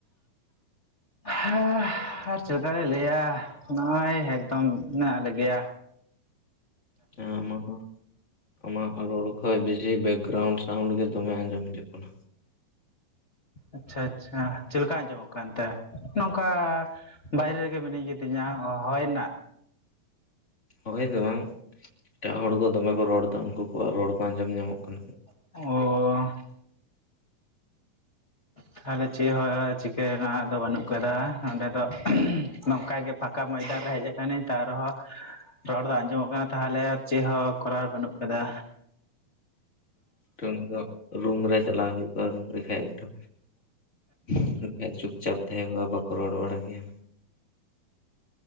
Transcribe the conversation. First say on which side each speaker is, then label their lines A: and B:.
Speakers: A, on the left; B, on the left.
A: ᱦᱮᱻ ᱟᱨ ᱪᱮᱫᱠᱟ ᱞᱮ ᱞᱟᱹᱭᱟ ᱱᱚᱜᱼᱚᱭ ᱮᱠᱫᱚᱢ ᱢᱮᱱᱟᱜ ᱞᱮ ᱜᱮᱭᱟ᱾
B: ᱦᱮ ᱟᱢᱟᱜ ᱫᱚ ᱟᱢᱟᱜ ᱨᱚᱲ ᱠᱷᱚᱡ ᱵᱮᱥᱤ ᱵᱮᱠᱜᱨᱟᱣᱩᱱᱰ ᱥᱟᱣᱩᱱᱰ ᱜᱮ ᱫᱚᱢᱮ ᱟᱸᱡᱚᱢ ᱦᱤᱡᱩᱜ ᱠᱟᱱᱟ᱾
A: ᱟᱪᱷᱟ ᱟᱪᱷᱟ ᱪᱮᱫ ᱞᱮᱠᱟ ᱟᱸᱡᱚᱢᱚᱜ ᱠᱟᱱᱛᱮ ᱱᱚᱝᱠᱟ ᱵᱟᱭᱨᱮ ᱨᱮᱜᱮ ᱢᱤᱱᱟᱹᱧ ᱠᱤᱫᱤᱧᱟ ᱦᱚᱭ ᱨᱮᱱᱟᱜ
B: ᱦᱳᱭ ᱫᱚ ᱵᱟᱝ ᱮᱴᱟᱜ ᱦᱚᱲ ᱠᱚ ᱫᱚᱢᱮ ᱠᱚ ᱨᱚᱲ ᱮᱫᱟ ᱩᱱᱠᱩ ᱠᱩᱣᱟᱜ ᱨᱚᱲ ᱠᱚ ᱟᱸᱡᱚᱢ ᱧᱟᱢᱚᱜ ᱠᱟᱱᱟ ᱾
A: ᱚᱻ ᱛᱟᱦᱚᱞᱮ ᱪᱮᱫ ᱦᱚᱸ ᱪᱤᱠᱟᱹ ᱨᱮᱱᱟᱜ ᱦᱚ ᱫᱚ ᱵᱟᱹᱱᱩᱜ? ᱠᱟᱫᱟ ᱱᱚᱸᱰᱮ ᱫᱚ ᱱᱚᱝᱠᱟ ᱜᱮ ᱯᱷᱟᱸᱠᱟ ᱢᱚᱭᱫᱟᱱ ᱨᱮ ᱦᱮᱡ ᱟᱠᱟᱱᱟᱹᱧ ᱛᱟᱣ ᱨᱮᱦᱚ ᱨᱚᱲ ᱫᱚ ᱟᱸᱡᱚᱢᱚᱜ ᱠᱟᱱᱟ ᱛᱟᱦᱚᱞᱮ ᱪᱮᱫ ᱦᱚᱸ ᱠᱚᱨᱟᱣ ᱵᱟᱹᱱᱩᱜ ᱠᱟᱫᱟ
B: ᱨᱩᱢ ᱫᱚ ᱨᱩᱢ ᱨᱮ ᱪᱟᱞᱟᱣ ᱦᱩᱭᱩᱜᱼᱟ ᱨᱩᱢ ᱨᱮᱠᱷᱟᱡ ᱮᱠᱴᱷᱩ ᱦᱮᱸᱠᱷᱟᱡ ᱪᱩᱯᱪᱟᱯ ᱛᱟᱦᱮᱸ ᱠᱚᱜᱼᱟ ᱵᱟᱠᱚ ᱨᱚᱲ ᱵᱟᱲᱟᱭ ᱜᱮᱭᱟ